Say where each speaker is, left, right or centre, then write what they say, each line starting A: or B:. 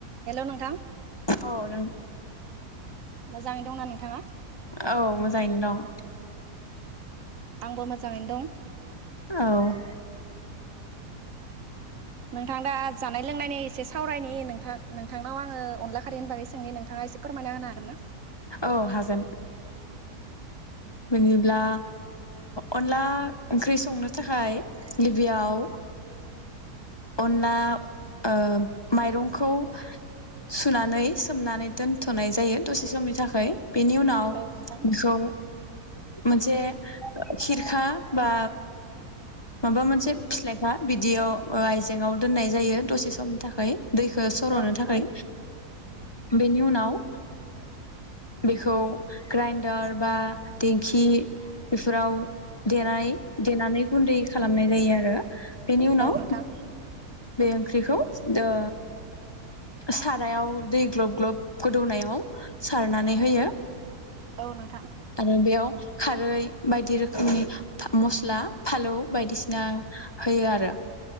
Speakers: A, on the right; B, on the left.
A: Hello नोंथां।
B: औ नों
A: मोजाङै दंना नोंथाङा।
B: औ मोजाङैनो दं।
A: आंबो मोजाङैनो दं।
B: औ।
A: नोंथां दा जानाय लोंनायनि एसे सावरायनि नोंथां नोंथांनाव आङो अनला खारिनि बागै सोंनि नोंथाङा एसे फोरमायना होनो हागोन ना।
B: औ हागोन बिदिब्ला अनला ओंख्रि संनो थाखाय गिबियाव। अनना ओ। माइरंखौ सुनानै सोमनानै दोन। थ'नाय जायो दसे समनि थाखाय। बेनि उनाव
A: औ नोंथां
B: बेखौ मोनसे खिरखा बा। माबा मोनसे फिथ्लायखा बिदियाव। ओ आयजेंआव दोननाय जायो दसे समनि थाखाय। दैखौ सर'नो
A: औ नोंथां
B: थाखाय बेनि उनावओ। बेखौ ग्राइनडार बा दिेंखि। बेफोराव देनाय। देनानै गुन्दै खालामनाय जायो आरो बेनि उनाव।
A: औ नोंथां
B: बे ओंख्रिखौ ओ। सारायाव दै ग्लब ग्लब गोदौनायाव सारनानै होयो।
A: औ नो।
B: आरो बेयाव खारै। बायदि रोखोमनि मस्ला फालौ बायदिसिना होयो आरो।